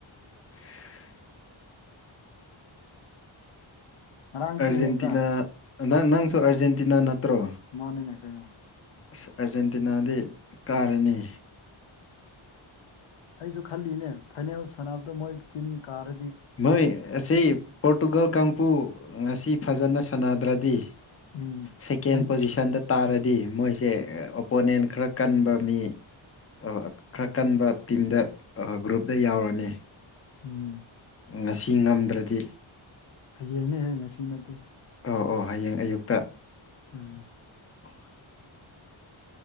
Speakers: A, on the left; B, on the left.
A: <inaudible>
B: ꯉꯔꯥꯡꯁꯨ
A: ꯑꯥꯔꯖꯦꯟꯇꯤꯅꯥ
B: ꯌꯦꯡꯕ꯭ꯔꯥ
A: ꯅꯪ ꯅꯪꯁꯨ ꯑꯥꯔꯖꯦꯟꯇꯤꯅ ꯅꯠꯇ꯭ꯔꯣ
B: ꯃꯥꯅꯤꯅꯦ ꯀꯩꯅꯣ
A: ꯑꯁ ꯑꯥꯔꯖꯦꯟꯇꯤꯅꯥꯗꯤ ꯀꯥꯔꯅꯤ
B: ꯑꯩꯁꯨ ꯈꯜꯂꯤꯅꯦ ꯐꯥꯏꯅꯦꯜ ꯁꯥꯟꯅꯕꯗ ꯃꯣꯏ ꯇꯤꯝ ꯀꯥꯔꯗꯤ
A: ꯃꯣꯏ ꯑꯁꯤ ꯄꯣꯔꯇꯨꯒꯜ ꯀꯥꯡꯄꯨ ꯉꯁꯤ ꯐꯖꯅ ꯁꯥꯟꯅꯗ꯭ꯔꯗꯤ
B: ꯎꯝ
A: ꯁꯦꯀꯦꯟ
B: ꯑꯩ
A: ꯄꯣꯖꯤꯁꯟꯗ ꯇꯥꯔꯗꯤ ꯃꯣꯏꯁꯦ ꯑꯣꯄꯣꯅꯦꯟ ꯈꯔ ꯀꯟꯕ ꯃꯤ ꯑ ꯈꯔ ꯀꯟꯕ ꯇꯤꯝꯗ ꯑ ꯒ꯭ꯔꯨꯞꯗ ꯌꯥꯎꯔꯅꯤ
B: ꯎꯝ
A: ꯉꯁꯤ ꯉꯝꯗ꯭ꯔꯗꯤ
B: ꯍꯌꯦꯡꯅꯦꯍꯦ ꯉꯁꯤ ꯅꯠꯇꯦ
A: ꯑꯣ ꯑꯣ ꯍꯌꯦꯡ ꯑꯌꯨꯛꯇ
B: ꯎꯝ
A: <inaudible>